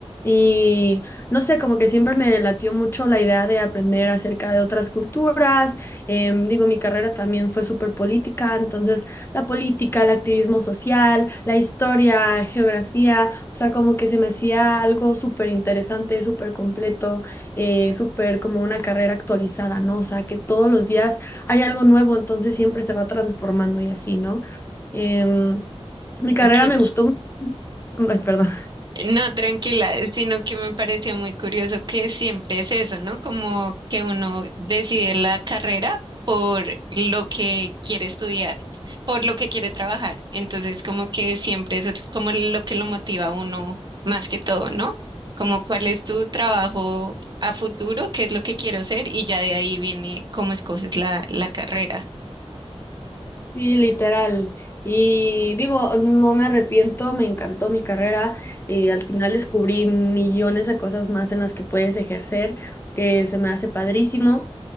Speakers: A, on the left (about 20°); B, on the right (about 45°).
A: Y no sé, como que siempre me latió mucho la idea de aprender acerca de otras culturas. Em, digo, mi carrera también fue súper política, entonces la política, el activismo social, la historia, geografía, o sea, como que se me hacía algo súper interesante, súper completo, eh, súper como una carrera actualizada, ¿no? O sea, que todos los días hay algo nuevo, entonces siempre se va transformando y así, ¿no? Em, mi carrera
B: Qué
A: me gustó. mu- Ay, perdón.
B: No, tranquila, sino que me pareció muy curioso que siempre es eso, ¿no? Como que uno decide la carrera por lo que quiere estudiar, por lo que quiere trabajar. Entonces, como que siempre eso es como lo que lo motiva a uno más que todo, ¿no? Como cuál es tu trabajo a futuro, qué es lo que quiero ser y ya de ahí viene cómo escoges la, la carrera.
A: Sí, literal. Y digo, no me arrepiento, me encantó mi carrera. eh, al final descubrí millones de cosas más en las que puedes ejercer, que se me hace padrísimo.